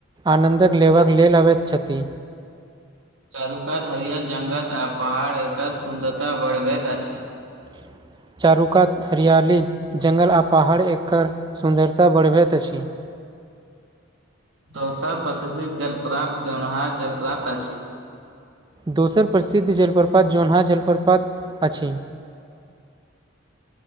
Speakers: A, on the right; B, on the right.
A: आनन्दक लेबाक लेल अबैत छथि
B: चारू कात हरियर जंगत आ पहाड़ एकर सुन्दरता बर्भत अछि
A: <inaudible> चारुकात हरियाली जङ्गल आ पहाड़ एकर सुन्दरता बढ़बैत अछि <inaudible>
B: दोसर प्रसि शिद्धध जलप्राप्त जौनहार जलप्राप्त अछि
A: दोसर प्रसिद्ध जलप्रपात जोनहा जलप्रपात अछि <inaudible>